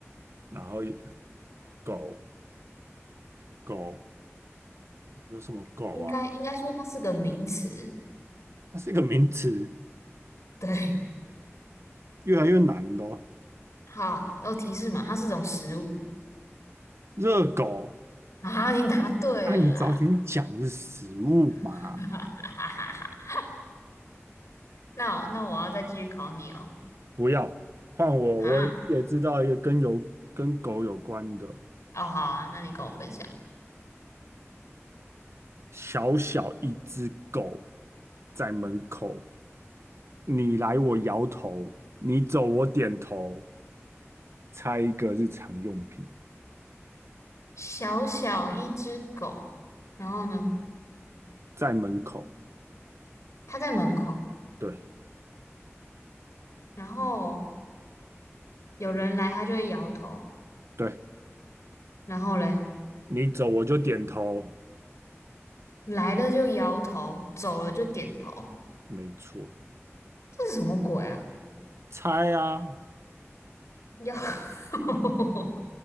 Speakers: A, on the right; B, on the left.
A: 然后狗狗有什么狗啊？
B: 应该应该说它是个名词。
A: 它是一个名词，
B: <laughs> 对，
A: 越来越难的哦
B: 好，要提示嘛，它是种食物。
A: 热狗，
B: <laughs> 啊，你答对了啦！
A: 啊，你早点讲是食物嘛，
B: <laughs> 哈哈哈那我那我要再继续考你哦。
A: 不要换我，
B: 啊，
A: 我也知道一个跟有跟狗有关的，
B: 哦，好啊，那你跟我分享。
A: 小小一只狗在门口，你来我摇头，你走我点头，猜一个日常用品
B: 小小一只狗，然后呢，
A: 在门口，
B: 它在门口，
A: 对
B: 然后有人来，它就会摇头，
A: 对。
B: 然后嘞，
A: 你走我就点头，
B: 来了就摇头，走了就点头，
A: 没错。
B: 这是什么鬼啊？
A: 猜啊，
B: 摇，<laughs>